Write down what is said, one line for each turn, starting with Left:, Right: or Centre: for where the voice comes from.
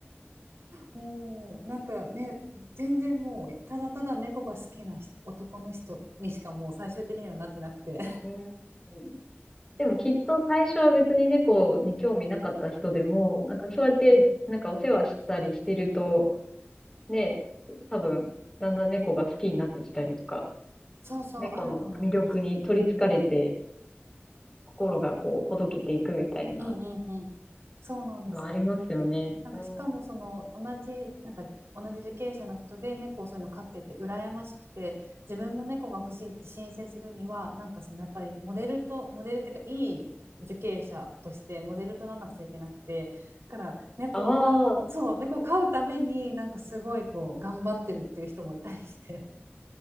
Right: もうなんかね、全然もうただただ猫が好きな人男の人にしかもう最終的にはなってなくて。
Left: うん。<laughs> でもきっと最初は別に猫に興味なかった人でも、なんかそうやってなんかお世話したりしてると、
Right: <laughs>
Left: ね、多分だんだん猫が好きになってきたりとか
Right: そうそう、
Left: 猫の魅力に取りつかれて、
Right: あると思います。
Left: 心がこう、ほどけていくみたいな
Right: うんうんうん。そうなんですよ。
Left: のありますよね。
Right: なんかしかもその同じ、
Left: うん。
Right: なんか同じ受刑者の人で猫をそういうの飼ってて羨ましくて自分も猫が欲しいって申請するにはなんかそのやっぱりモデルとモデルっていうかいい受刑者としてモデルとならなくちゃいけなくてだから猫をそう猫を飼うためになんかすごいこう頑張ってるっていう人もいたりして。
Left: ああ、